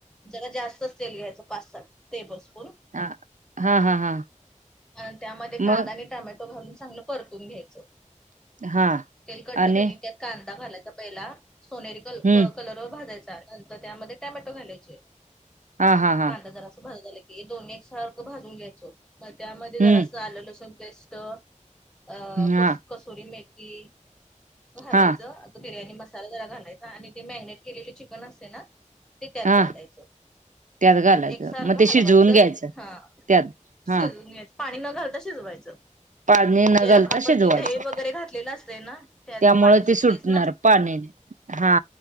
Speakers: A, in the centre; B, on the right.
A: जरा जास्त तेल घ्यायचं पाच सहा टेबल स्पून
B: आ हा हा हा.
A: आणि त्यामध्ये कांदा
B: मग
A: आणि टमॅटो घालून चांगलं परतून घ्यायचं.
B: हा
A: तेल कडलं
B: आणि
A: कणी त्यात कांदा घालायचा पहिला सोनेरी कल
B: हम्म
A: कलर भाजायचे नंतर त्यामध्ये टोमॅटो घालायचे.
B: हा हा हा
A: कांदा जरासा भाजला की, ते दोन्ही एक सारखं भाजून घ्यायचं. त्यांमध्ये जरासं
B: हम्म
A: आलं लसूण पेस्ट. अ
B: हा
A: को कसोरी मेथी घालायचं.
B: हा
A: बिर्याणी मसाला जरा घालायचा आणि ते मॅरिनेट केले चिकन असते ना? ते त्यात
B: हा
A: घालायचं
B: त्यात घालायचं
A: एकसारखं
B: मग ते
A: हलवायचं
B: शिजवून घ्यायचं
A: हां.
B: त्यात हा
A: शिजवून घ्यायचं पाणी न घालता शिजवायचं.
B: पाणी न
A: ते
B: घालता
A: आपण
B: शिजवायचं
A: ते दही वगैरे घातलेलं असतंय ना त्यातलं
B: त्यामुळे
A: पाणी सुटतेस
B: ते सुटणार
A: ना.
B: पाणी हा